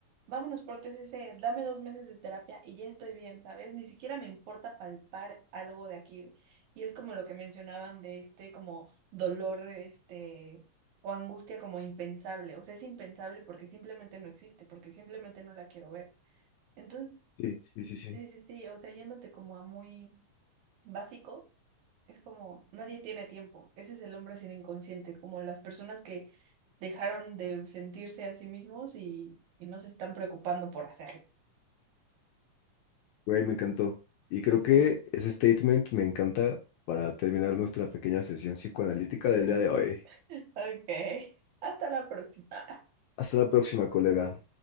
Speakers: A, on the right (about 70°); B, on the left (about 80°).
A: Vámonos por TCC, dame dos meses de terapia y ya estoy bien, ¿sabes? Ni siquiera me importa palpar algo de aquí. Y es como lo que mencionaban de este como dolor, este, o angustia como impensable. O sea, es impensable porque simplemente no existe, porque simplemente no la quiero ver. Entonces,
B: sí, sí, sí,
A: sí,
B: sí.
A: sí, sí, o sea, yéndote como a muy básico, es como nadie tiene tiempo. Ese es el hombre sin inconsciente, como las personas que dejaron de sentirse a sí mismos y, y no se están preocupando por hacerlo.
B: Güey, me encantó. Y creo
A: Ujú.
B: que ese statement me encanta para terminar nuestra pequeña sesión psicoanalítica
A: <laughs>
B: del día de hoy.
A: Ok, hasta la próxima.
B: Hasta la próxima, colega.